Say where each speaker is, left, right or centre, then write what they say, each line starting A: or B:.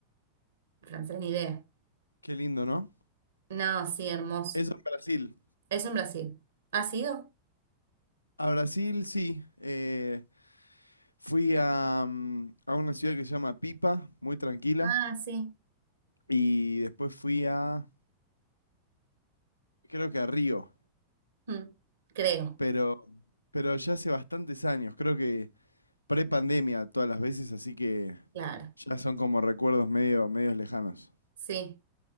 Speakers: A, on the right (about 65°); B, on the left (about 85°).
A: francés ni idea.
B: Qué lindo, ¿no?
A: No, sí, hermoso.
B: Eso en Brasil.
A: Eso en Brasil. ¿Ha sido?
B: A Brasil, sí. eh, fui a, mm, a una ciudad que se llama Pipa, muy tranquila.
A: Ah, sí.
B: Y después fui a, creo que a Río,
A: Mm, Creo,
B: pero, pero ya hace bastantes años, creo que Pre-pandemia todas las veces, así que
A: claro.
B: ya son como recuerdos medio, medios lejanos.
A: Sí.